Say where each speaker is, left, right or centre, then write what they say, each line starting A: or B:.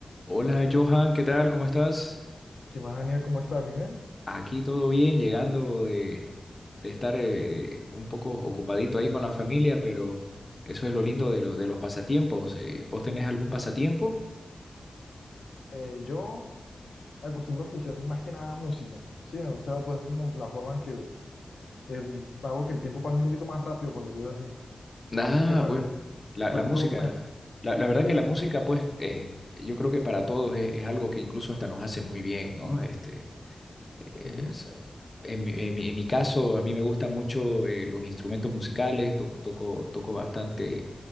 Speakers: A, on the left; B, on the left.
A: Hola Johan, ¿qué tal? ¿Cómo estás?
B: ¿Qué más, Daniel? ¿Cómo estás? Bien, bien.
A: Aquí todo bien, llegando de, de estar eh, un poco ocupadito ahí con la familia, pero eso es lo lindo de, lo- de los pasatiempos. eh, ¿vos tenés algún pasatiempo?
B: Eh, yo acostumbro a escuchar más que nada música. Sí, me gusta pues como la forma en que em, hago que el tiempo pase un poquito más rápido, por decirlo así.
A: Ah,
B: Entonces, por,
A: bueno,
B: ejem-
A: la,
B: por
A: la
B: ejemplo,
A: música.
B: me,
A: La, la- la verdad
B: sí,
A: que la música, pues, eh, yo creo que para todos es, es algo que incluso hasta nos hace muy bien, ¿no? Este, eh,
B: ujú.
A: es- en, mi, en mi- en mi caso, a mí me gustan mucho eh, los instrumentos musicales, toco, toco, toco bastante